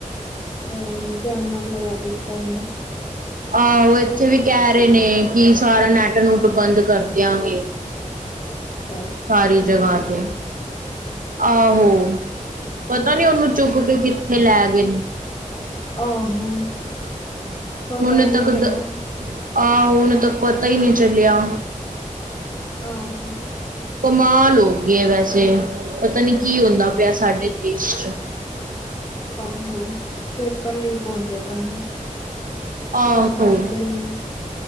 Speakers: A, on the left; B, on the right.
A: ਓਹੋ ਜੈਮਅਪ ਲਗਾ ਦਿੱਤਾ ਹੁਣ
B: ਆਹੋ ਏਥੇ ਵੀ ਕੈ ਰੇ ਨੇ ਕਿ ਸਾਰਾ ਨੈੱਟ ਨੂੰਟ ਬੰਦ ਕਰ ਦੇਆਗੇ
A: ਅੱਛਾ
B: ਸਾਰੀ ਜਗਾ ਤੇ, ਆਹੋ ਪਤਾ ਨੀ, ਉਨੂੰ ਚੁੱਕ ਕੇ ਕਿੱਥੇ ਲੈ ਗੇ ਨੇ
A: ਆਹੋ ਪਤਾ
B: ਹੁਣ
A: ਹੀ ਨਹੀਂ
B: ਤਕ
A: ਚੱਲਿਆ
B: ਦ, ਆਹੋ ਹੁਣ ਤਕ ਪਤਾ ਈ ਨੀ ਚੱਲੇਆ
A: ਆਹੋ
B: ਕਮਾਲ ਹੋ ਗੀ ਐ ਵੈਸੇ, ਪਤਾ ਨੀ ਕੀ ਹੁੰਦਾ ਪੇਆ ਸਾਡੇ ਦੇਸ਼ ਚ
A: ਆਹੋ, ਪੇਪਰ ਲੀਕ ਹੁੰਦੇ ਪਏ ਨੇ
B: ਆਹੋ
A: ਕੁਛ ਕਰਦੇ ਇਨੀ